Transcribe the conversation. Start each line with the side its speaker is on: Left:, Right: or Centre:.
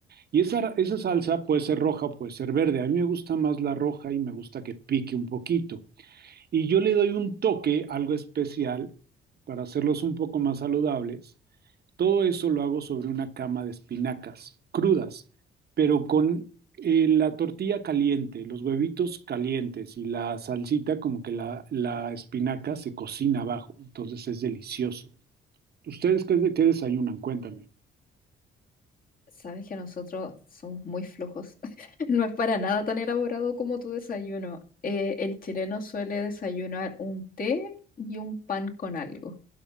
Right: Y esa, esa salsa puede ser roja o puede ser verde. A mí me gusta más la roja y me gusta que pique un poquito. Y yo le doy un toque, algo especial, para hacerlos un poco más saludables. Todo eso lo hago sobre una cama de espinacas crudas, pero con eh, la tortilla caliente, los huevitos calientes y la salsita, como que la, la espinaca se cocina abajo. Entonces es delicioso. ¿Ustedes qué, qué desayunan? Cuéntame.
Left: Sabes que nosotros somos muy flojos. <laughs> No es para nada tan elaborado como tu desayuno. Eh, el chileno suele desayunar un té y un pan con algo.